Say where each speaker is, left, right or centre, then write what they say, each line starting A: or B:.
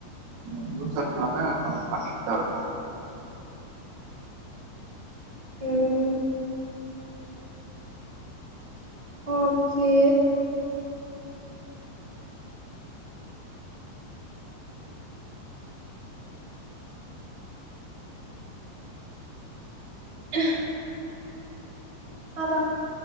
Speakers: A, on the right (about 75°); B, on the right (about 50°).
A: <unintelligible> பியூச்சர்கக்காக நம்ம பண்ணிட்டு தான் இருக்கோம்
B: உம். ஓகே. <unintelligible> அதான்